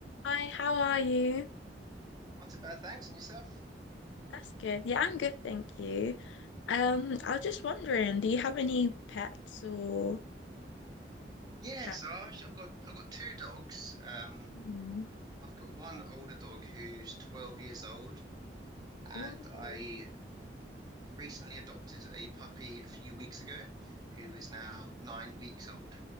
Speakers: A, on the left; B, on the right.
A: Hi, how are you?
B: Not too bad, thanks. And yourself?
A: That's good. Yeah, I'm good, thank you. Um, I was just wondering, do you have any pets or
B: Yeah,
A: cats?
B: so I actu- I've got I've got two dogs. Um,
A: Hmm.
B: I've got one older dog who's 12 years old, and
A: Ooh,
B: I
A: yeah.
B: recently adopted a puppy a few weeks ago, who is now nine weeks old.